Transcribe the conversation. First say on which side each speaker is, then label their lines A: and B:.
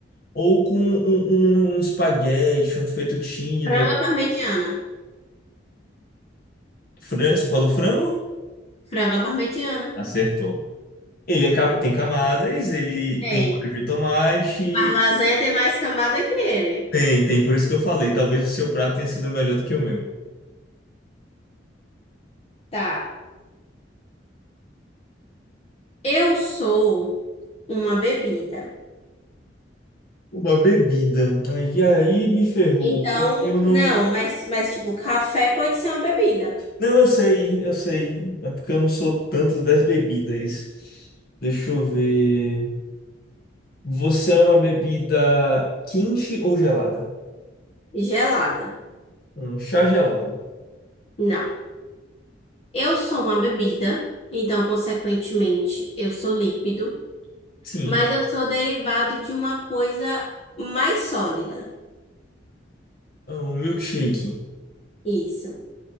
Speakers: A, on the left; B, on the left.
A: ou com um, um, um espaguete, um fettuccine
B: Frango
A: do
B: à parmegiana.
A: Fran- Você falou frango?
B: Frango à parmegiana.
A: Acertou. Ele é ca- tem camadas, ele
B: Tem.
A: tem molho de tomate.
B: Mas lasanha tem mais camada que ele.
A: Tem, tem, por isso que eu falei. Talvez o seu prato tenha sido melhor do que o meu.
B: Tá. Eu sou uma bebida.
A: Uma bebida. Aí, aí me ferrou,
B: Então,
A: porque eu não.
B: não, mas, mas tipo, café pode ser uma bebida.
A: Não, eu sei, eu sei. É porque eu não sou tanto das bebidas. Deixa eu ver. Você é uma bebida quente ou gelada?
B: Gelada.
A: Um chá gelado.
B: Não. Eu sou uma bebida. Então, consequentemente, eu sou líquido.
A: Sim.
B: Mas eu sou derivado de uma coisa mais sólida.
A: Um milkshake.
B: Isso.